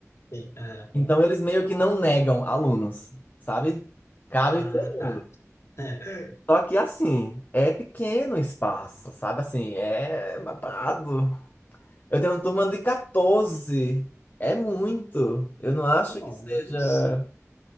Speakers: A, on the left; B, on the left.
A: Sim, é.
B: Então eles meio que não negam alunos, sabe? Cabe
A: Ah,
B: todo
A: tá.
B: mundo.
A: <laughs>
B: Só que assim, é pequeno o espaço, sabe? Assim, é babado. Eu tenho uma turma de 14. É muito. Eu não acho
A: Nossa.
B: que seja